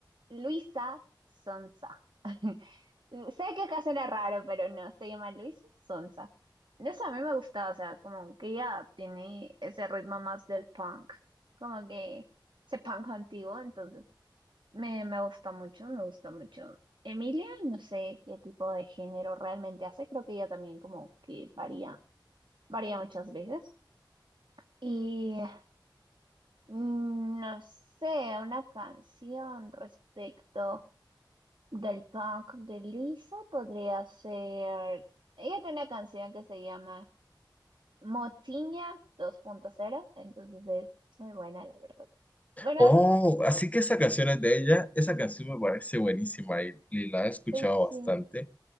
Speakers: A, on the right (about 70°); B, on the left (about 20°).
A: Luisa Sonsa. <laughs> Sé que acá suena raro, pero no, se llama Luisa Sonsa. No sé, a mí me gusta, o sea, como que ella tiene ese ritmo más del punk, como que ese punk antiguo, entonces me, me gusta mucho, me gusta mucho. Emilia, no sé qué tipo de género realmente hace, creo que ella también como que varía, varía muchas veces. Y mm, no sé, una canción respecto. Del punk de Lisa podría ser. Ella tiene una canción que se llama Motiña dos punto cero entonces es, es muy buena, la verdad. Bueno,
B: Oh,
A: es-
B: así que esa canción es de ella. Esa canción me parece buenísima y, y la he escuchado
A: es- sí,
B: bastante.